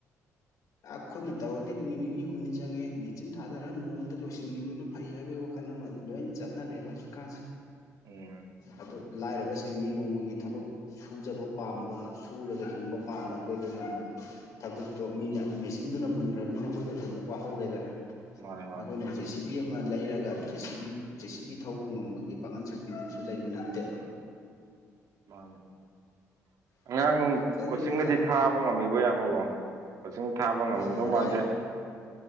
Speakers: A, on the right; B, on the left.
A: <inaudible>
B: ꯑꯥ ꯈꯨꯠꯅ ꯇꯧꯔꯗꯤ ꯅꯨꯃꯤꯠ ꯅꯤꯅꯤ ꯍꯨꯝꯅꯤ ꯆꯪꯉꯦ ꯃꯦꯆꯤꯟ ꯊꯥꯗꯔꯒ ꯅꯣꯡꯃꯗ ꯂꯣꯏꯁꯤꯟꯈꯤꯕꯗꯨꯅ ꯐꯩ ꯍꯥꯏꯕꯒꯤ ꯋꯥꯈꯜ ꯑꯃ ꯂꯣꯏ ꯆꯠꯅꯔꯦꯕ ꯍꯧꯖꯤꯛꯀꯥꯟꯁꯦ
A: ꯎꯝ
B: ꯑꯗꯨ ꯂꯥꯏꯔꯕꯁꯤꯡꯅꯤ ꯅꯣꯡꯃꯒꯤ ꯊꯕꯛ ꯁꯨꯖꯕ ꯄꯥꯝꯕ ꯁꯨꯔꯒ ꯍꯤꯡꯕ ꯄꯥꯝꯕ ꯑꯩꯈꯣꯏꯗꯅ ꯑꯃꯨꯛ ꯊꯕꯛꯇꯣ ꯃꯤꯅ ꯃꯦꯆꯤꯟꯗꯨꯅ ꯃꯨꯟꯈ꯭ꯔꯕꯅꯤꯅ ꯑꯩꯈꯣꯏꯗ ꯑꯗꯨꯝ ꯋꯥꯍꯧꯔꯦꯗꯅ
A: ꯃꯥꯅꯦ ꯃꯥꯅꯦ
B: ꯑꯩꯈꯣꯏꯅ ꯖꯦ ꯁꯤꯕꯤ ꯑꯃ ꯂꯩꯔꯒ ꯖꯦ ꯁꯤꯕꯤ ꯖꯦ ꯁꯤꯕꯤ ꯊꯧꯕ ꯉꯝꯕꯒꯤ ꯄꯥꯡꯒꯜ ꯁꯛ ꯇꯦꯡꯁꯨ ꯂꯩꯕ ꯅꯠꯇꯦ
A: ꯃꯥꯅꯦꯑꯉꯥꯡ ꯅꯨꯡ
B: ꯈꯪꯗꯦ
A: ꯀꯣꯆꯤꯡꯒꯗꯤ
B: ꯂꯥ
A: ꯊꯥꯕ ꯉꯝꯃꯤꯕꯣ ꯏꯌꯥꯝꯃꯕꯣ ꯀꯣꯆꯤꯡ ꯊꯥꯕ ꯉꯝꯃꯝꯗꯧ
B: ꯑꯁ ꯂꯩꯀꯥꯏ
A: ꯃꯥꯟꯗꯦ